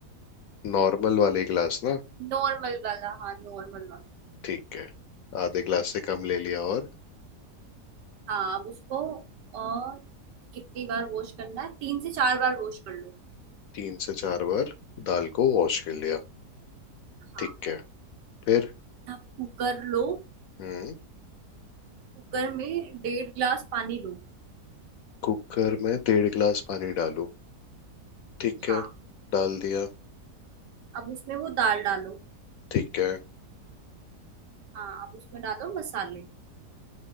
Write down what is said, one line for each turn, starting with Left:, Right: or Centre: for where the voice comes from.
Left: नॉर्मल वाले ग्लास ना
Right: नॉर्मल वाला हाँ नॉर्मल वाला
Left: ठीक है आधे ग्लास से कम ले लिया और
Right: हाँ अब उसको और कितनी बार वॉश करना है तीन से चार बार वॉश कर लो
Left: तीन से चार बार दाल को वॉश कर लिया
Right: हाँ
Left: ठीक है फिर
Right: अब कुकर लो
Left: हम्म
Right: कुकर में डेढ़ ग्लास पानी लो
Left: कुकर में डेढ़ ग्लास पानी डालो ठीक है
Right: हाँ
Left: डाल दिया
Right: अब उसमें वो दाल डालो
Left: ठीक है
Right: हाँ अब उसमें डालो मसाले